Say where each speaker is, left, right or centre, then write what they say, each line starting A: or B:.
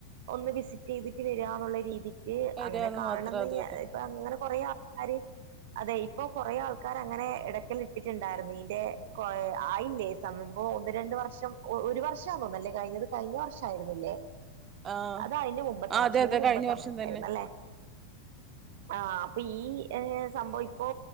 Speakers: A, on the right; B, on the right.
A: ഒന്ന് വിസിറ്റയ്തിട്ട് വരാ എന്നുള്ള രീതിക്ക്
B: വരാന്ന്
A: അങ്ങനെ കാണണംന്ന്
B: മാത്രം അതെ
A: അ
B: അതെ
A: അങ്ങനെ കൊറേ ആൾക്കാാര് അതെ ഇപ്പൊ കൊറേ ആൾക്കാർ അങ്ങനെ ഇടയ്ക്കൽ ഇട്ടിട്ടുണ്ടായിരുന്നു ഇന്റെ ആയില്ലേ സമയപ്പോ ഒന്ന് രണ്ട് വർഷം ഒരു വർഷംന്നോന്ന അല്ലെ കഴിഞ്ഞത് കഴിഞ്ഞ വർഷം ആരുന്നില്ലേ
B: ആഹ്
A: അത അതിന്റെ മുമ്പത്തെ
B: ആഹ്
A: വർഷം
B: അതെ
A: ഇന്റെ
B: അതെ
A: മുമ്പത്തെ
B: കഴിഞ്ഞ വർഷം
A: വർഷയിുന്നല്ലേ
B: തന്നെ
A: ആഹ് അപ്പൊ ഈ സംഭവം ഇപ്പോ